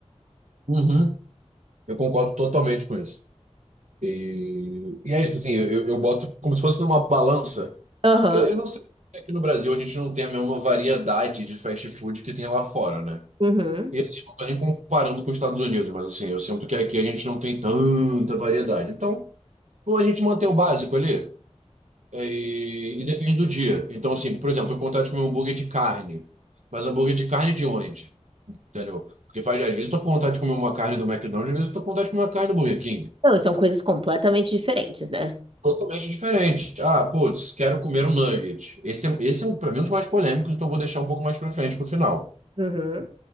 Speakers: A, on the right (about 80°); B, on the right (about 50°).
A: Uhum. Eu concordo totalmente com isso. E, e é isso, assim, eu, eu boto como se fosse numa balança,
B: Aham.
A: porque eu não sei se aqui no Brasil a gente não tem a mesma variedade de fast food que tem lá fora, né?
B: Uhum.
A: E assim, não tô nem comparando com os Estados Unidos, mas assim, eu sinto que aqui a gente não tem tanta variedade. Então, ou a gente mantém o básico ali, é, e, e depende do dia. Então, assim, por exemplo, eu tenho vontade de comer um hambúrguer de carne, mas hambúrguer de carne de onde? Entendeu? Porque faz, às vezes eu tô com vontade de comer uma carne do McDonald's, às vezes eu tô com vontade de comer uma carne do Burger King.
B: Não, e são coisas completamente diferentes, né?
A: Totalmente diferente. Ah, putz, quero comer um nugget. Esse é, esse é um, pra mim, um dos mais polêmicos, então eu vou deixar um pouco mais pra frente, pro final.
B: Uhum.